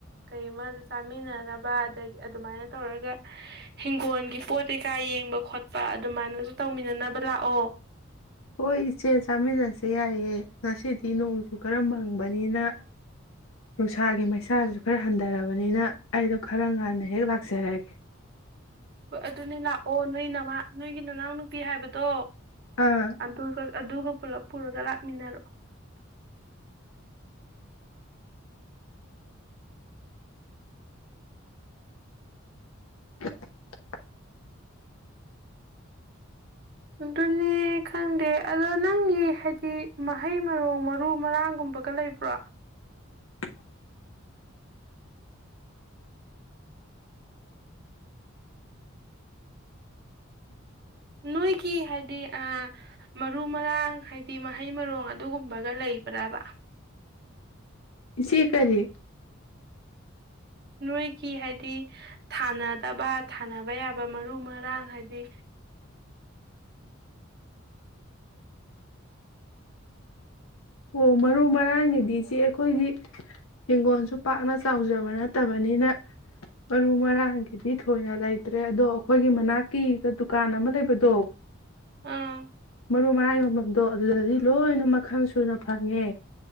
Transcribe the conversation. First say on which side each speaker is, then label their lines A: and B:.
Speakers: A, on the right; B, on the left.
A: ꯀꯩꯃ ꯑꯗꯨ ꯆꯥꯃꯤꯟꯅꯅꯕ ꯑꯗꯒꯤ ꯑꯗꯨꯃꯥꯏꯅ ꯇꯧꯔꯒ ꯍꯤꯡꯒꯣꯜꯒꯤ ꯄꯣꯠ ꯀꯩꯀꯥ ꯌꯦꯡꯕ ꯈꯣꯠꯄ ꯑꯗꯨꯃꯥꯏꯅꯁꯨ ꯇꯧꯃꯤꯟꯅꯅꯕ ꯂꯥꯛꯑꯣ
B: ꯍꯣꯏ ꯏꯆꯦ ꯆꯥꯃꯤꯟꯅꯁꯦ ꯌꯥꯏꯌꯦ ꯉꯁꯤꯗꯤ ꯅꯣꯡꯁꯨ ꯈꯔ ꯃꯪꯕꯅꯤꯅ ꯅꯨꯡꯁꯥꯒꯤ ꯃꯩꯁꯥꯁꯨ ꯈꯔ ꯍꯟꯊꯔꯕꯅꯤꯅ ꯑꯩꯗꯣ ꯈꯔ ꯉꯥꯟꯟꯅ ꯍꯦꯛ ꯂꯥꯛꯆꯔꯒꯦ
A: ꯍꯣꯏ ꯑꯗꯨꯅꯦ ꯂꯥꯛꯑꯣ ꯅꯣꯏ ꯅꯃ ꯅꯣꯏꯒꯤ ꯅꯅꯥꯎ ꯅꯨꯄꯤ ꯍꯥꯏꯕꯗꯣ
B: ꯑꯥ
A: ꯑꯗꯨ ꯑꯗꯨ ꯑꯗꯨ ꯑꯗꯨꯒ ꯄꯨꯂꯞ ꯄꯨꯔꯒ ꯂꯥꯛꯃꯤꯟꯅꯔꯣ
B: <unintelligible>
A: ꯅ <unintelligible> ꯑꯗꯨꯅꯦ ꯈꯪꯗꯦ ꯑꯗꯣ ꯅꯪꯒꯤ ꯍꯥꯏꯗꯤ ꯃꯍꯩ ꯃꯔꯣꯡ ꯃꯔꯨ ꯃꯔꯥꯡꯒꯨꯝꯕꯒ ꯂꯩꯕ꯭ꯔꯣ
B: <unintelligible>
A: ꯅꯣꯏꯒꯤ ꯍꯥꯏꯗꯤ ꯃꯔꯨ ꯃꯔꯥꯡ ꯍꯥꯏꯗꯤ ꯃꯍꯩ ꯃꯔꯣꯡ ꯑꯗꯨꯒꯨꯝꯕꯒ ꯂꯩꯕ꯭ꯔꯕ
B: ꯁꯤ ꯀꯔꯤꯔꯤ
A: ꯅꯣꯏꯒꯤ ꯍꯥꯏꯗꯤ ꯊꯥꯅꯗꯕ ꯊꯥꯅꯕ ꯌꯥꯕ ꯃꯔꯨ ꯃꯔꯥꯡ ꯍꯥꯏꯗꯤ
B: ꯑꯣ ꯃꯔꯨ ꯃꯔꯥꯡꯒꯤꯗꯤ ꯆꯦ ꯑꯩꯈꯣꯏꯗꯤ ꯍꯤꯡꯒꯣꯟꯁꯨ ꯄꯥꯛꯅ ꯆꯥꯎꯖꯕ ꯅꯠꯇꯕꯅꯤꯅ ꯃꯔꯨ ꯃꯔꯥꯡꯒꯤꯗꯤ ꯊꯣꯏꯅ ꯂꯩꯇ꯭ꯔꯦ ꯑꯗꯣ ꯑꯩꯈꯣꯏꯒꯤ ꯃꯅꯥꯛꯀꯤꯗ ꯗꯨꯀꯥꯟ ꯑꯃ ꯂꯩꯕꯗꯣ
A: ꯑꯥ
B: ꯃꯔꯨ ꯃꯔꯥꯡ ꯌꯣꯟꯐꯝꯗꯣ ꯑꯗꯨꯗꯗꯤ ꯂꯣꯏꯅ ꯃꯈꯜ ꯁꯨꯅ ꯐꯪꯉꯦ